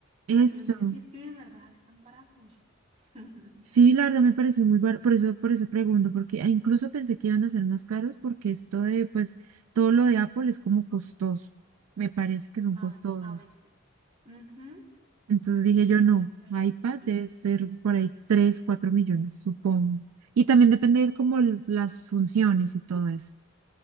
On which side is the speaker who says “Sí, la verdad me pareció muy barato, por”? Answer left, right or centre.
Right